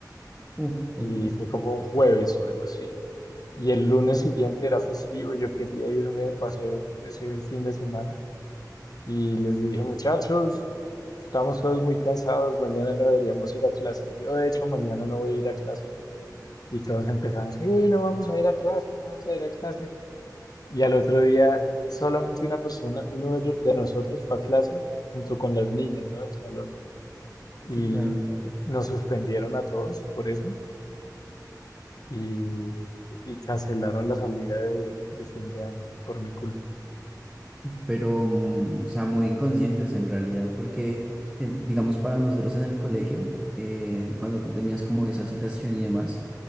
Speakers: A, in the centre; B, on the left.
A: uh, todo
B: y
A: el día,
B: fue como un jueves o algo así. Y el lunes siguiente era festivo, yo quería irme de paseo ese fin de semana y les dije, muchachos, estamos todos muy cansados, mañana no deberíamos ir a clase. Yo de hecho mañana no voy a ir a clase Y todos empezaron, sí, no vamos a ir a clase, no vamos a ir a clase. Y al otro día, solamente una persona, uno de ellos- de nosotros fue a clase junto con las niñas, ¿no? Del salón. Y
A: sí, claro.
B: nos suspendieron a todos por eso. Y, y cancelaron la salida de, de fin de año por mi culpa.
A: Pero, mm, o sea, muy inconscientes en realidad, porque, eh, digamos, para nosotros en el colegio, eh, cuando tú tenías como esa citación y demás,